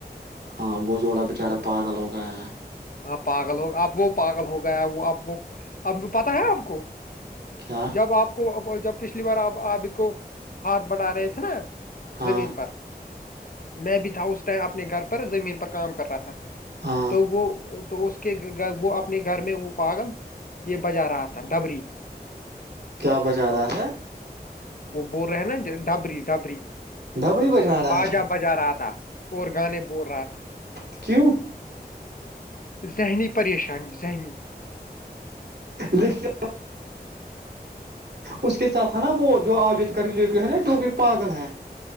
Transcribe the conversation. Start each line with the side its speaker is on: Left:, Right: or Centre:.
Right: ہاں وہ جووڑا بچارا پاغ لوگا ہے
Left: ہاں پاگل ہوگیا اب وہ پاگل ہو گیا وہ اب وہ اب پتا ہے آپ کو
Right: کیا
Left: جب آپ کو جب پچھلی بار آپ آپ کو ہاتھ بٹا رہے تھے نا
Right: ہاں
Left: زمین پر میں بھی تھا اسس ائم اپنے گھر پر زمین پر کام کر رہا تھا
Right: ہاں
Left: تو وہ تو اس کے وہ اپنے گھر میں وہ پاغم یہ بجا رہا تھا ڈبری
Right: کیا بچا رہا س
Left: وہ بول رہے ہیں نا ڈابری ڈابری
Right: دھبڑی رہا
Left: بجا
Right: تھا
Left: بجا رہا تھا اور گانے ب بول رہا تھا
Right: سکوں
Left: ذہنی پریشانی زنی
Right: لیکن اس کے ساتھ ہے نا وہ جو آجت کر ریلیٹو ہے نا جو بھی پاگل ہے